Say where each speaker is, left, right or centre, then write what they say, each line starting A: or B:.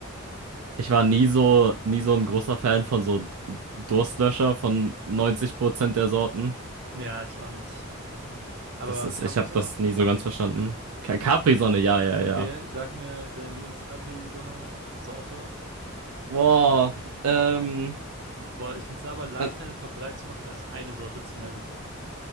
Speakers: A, on the right (about 85°); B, on the right (about 50°).
A: Ich war nie so, nie so ein großer Fan von so D- Durstlöscher von 90% der Sorten.
B: Ja, ich auch nicht. Aber
A: Das ist,
B: Capri-Sonne
A: ich habe das
B: hast
A: nie
B: du getrunken.
A: so ganz verstanden. Ka- Capri-Sonne, ja, ja,
B: Okay,
A: ja.
B: sag mir deine Lieblings-Capri-Sonne-Sorte.
A: Boah, ähm,
B: Boah, ich finde es aber leichter,
A: äh,
B: eine Top 3 zu machen, als eine Sorte zu nennen.